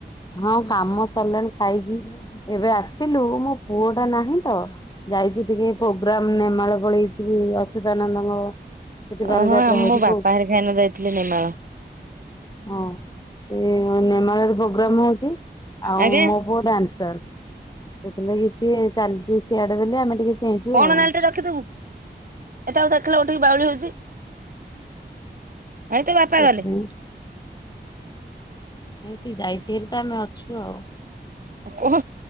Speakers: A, on the left; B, on the right.
A: ହଁ କାମ ସରିଲାଣି ଖାଇକି ଏବେ ଆସିଲୁ ମୋ ପୁଅ ଟା ନାହିଁ ତ ଯାଇଚି ଟିକେ ପ୍ରୋଗ୍ରାମ ନେମାଳ ପଳେଇଚି ଅଚ୍ୟୁତାନନ୍ଦଙ୍କ ସେଠି ବାଲିଯାତ୍ରା
B: ଅ ହ ଆମୋ
A: ହଉଛି
B: ବାପା
A: ବହୁତ
B: ହେରିକା ଏଇନା ଯାଇଥିଲେ ନେମାଳ।
A: ହଁ। ସେ ନେମାଳରେ ପ୍ରୋଗ୍ରାମ ହଉଚି ଆଉ
B: ଆଜ୍ଞା।
A: ମୋ ପୁଅ ଡ୍ୟାନ୍ସର। ସେଥିଲାଗି ସିଏ ଚାଲିଚି ସିଆଡେ ବେଲି ଆମେ ଟିକେ ଚେଇଁଚୁ
B: କଣ
A: ଆଉ।
B: ନାଲିଟେ ରଖିଦବୁ ଏଟାକୁ ଦେଖିଲ ଉଠିକି ବାଉଳି ହଉଚି। ଏଇ ତୋ ବାପା
A: ସେଥିପାଇଁ
B: ଗଲେ। <inaudible>
A: ସେ ଯାଇଚି ହେରି ତ ଆମେ ଅଛୁ ଆଉ।
B: କୋହ